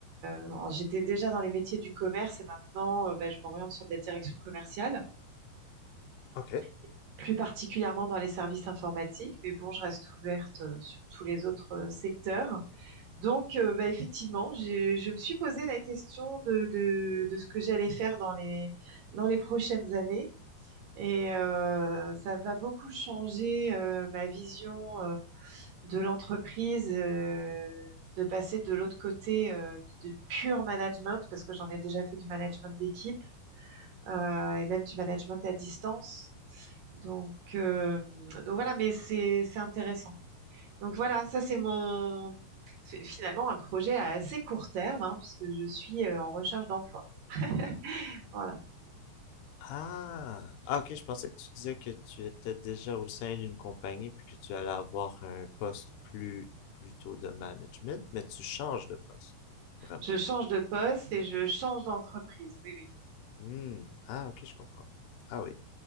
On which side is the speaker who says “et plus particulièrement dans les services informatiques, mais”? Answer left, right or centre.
Right